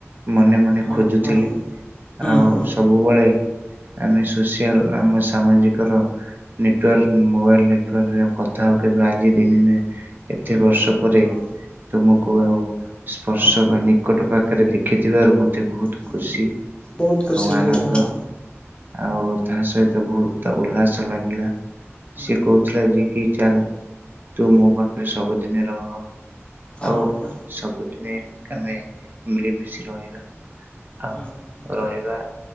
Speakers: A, on the right; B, on the left.
A: ମନେ ମନେ
B: ହଁ
A: ଖୋଜୁଥିଲି।
B: ହଁ ହୁଁ
A: ଆଉ
B: ହୁଁ
A: ସବୁବେଳେ ଆମେ ସୋସିଆଲ
B: ହୁଁ
A: ଆମ ସାମାଜିକର ନୀତ ଡୁଆଲ୍ ମୋବାଇଲ ନେଟୱାର୍କରେ ଆମେ କଥା ହଉ। କିନ୍ତୁ ଆଜି ଦି ଦିନେ ଏତେ
B: ହୁଁ
A: ବର୍ଷ ପରେ
B: ହଁ
A: ତମକୁ ଆଉ ସ୍ପର୍ଶ
B: ହଁ
A: ବା
B: ହଁ
A: ନିକଟ ପାଖରେ ଦେଖିଥିବାରୁ ମତ୍ ମତେ ବହୁତ
B: ହୁଁ
A: ଖୁସି,
B: ବହୁତ ଖୁସି
A: ଆଉ ଆନନ୍ଦ,
B: ଲାଗେ ହଁ
A: ଆଉ ତା ସହିତ ମତେ ବହୁତ ଉଲ୍ଲାସ ଲାଗିଲା।
B: ହୁଁ
A: ସିଏ କହୁଥିଲା ଯେ କି ଚାଲ, ତୁ ମୋ ପାଖରେ ସବୁଦିନେ ରହ।
B: ହଁ
A: ଆଉ
B: ହଁ
A: ସବୁଦିନେ ଆମେ ମିଳିମିଶି ରହିବା। ଆଉ
B: ହୁଁ ହୁଁ
A: ରହିବା